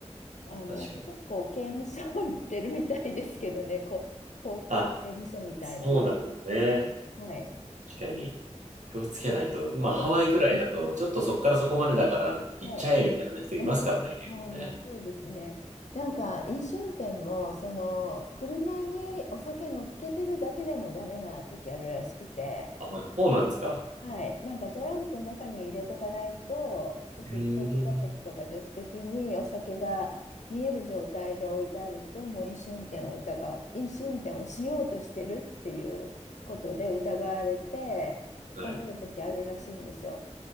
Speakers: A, on the left; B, on the right.
A: あの、
B: 確かに。
A: 結構刑務所 <laughs> 行ってるみたいですけどね、こ、交通刑務所みたいな。
B: あ、そうなんですね。
A: はい、はい。
B: 確かに。気をつけないと。まあ、
A: そうです。
B: ハワイくらいだと、ちょっとそこからそこまでだから行っちゃえみたいな人いますからね、
A: はい。うん、
B: 結構ね。
A: あー、そうですね。なんか、
B: うん。
A: 飲酒運転も、その、車にお酒乗っけてるだけでもダメな時あるらしくて、
B: あ、そうなんですか。
A: はい。なんかトランクの中に入れとかないと、要するに後部座席とか助手席にお酒が見える状態で置いてあると、
B: うーん。
A: もう飲酒運転を疑う、飲酒運転をしようとしてるっていうことで疑われて、
B: はい。
A: 捕まるときあるらしいんですよ。